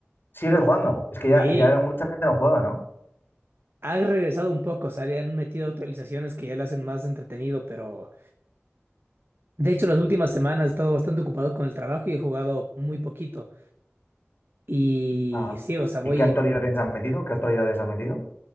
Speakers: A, on the left; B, on the right.
A: Sigues jugando, es que ya,
B: Sí.
A: ya mucha gente no juega, ¿no?
B: Ha regresado un poco, o sea, le han metido actualizaciones que ya lo hacen más entretenido, pero de hecho las últimas semanas he estado bastante ocupado con el trabajo y he jugado muy poquito. Y
A: Ah,
B: sí, o sea, voy,
A: ¿Y qué actualizaciones han metido? ¿Qué actualizaciones han metido?